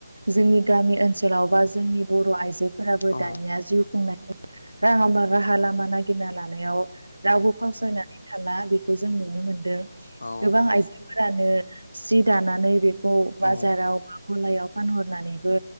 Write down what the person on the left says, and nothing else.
औ
औ
औ